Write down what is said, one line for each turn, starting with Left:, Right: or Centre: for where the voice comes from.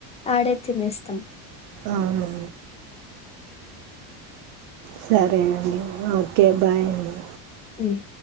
Left: ఆడే తినేస్తాం
Right: అవునా సరే అండి ఓకే బాయ్ అండి
Left: హ్మ్మ్